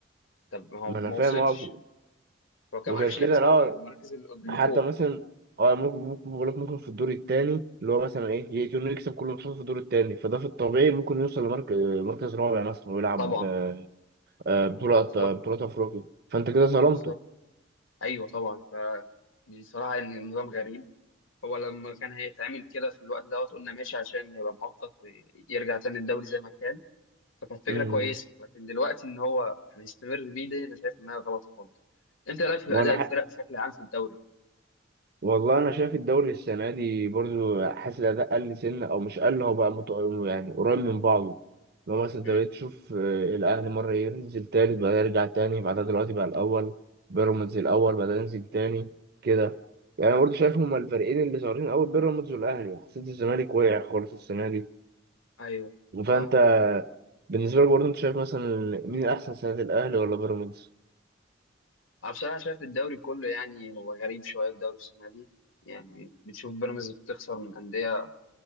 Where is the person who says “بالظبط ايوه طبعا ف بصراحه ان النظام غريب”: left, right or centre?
Left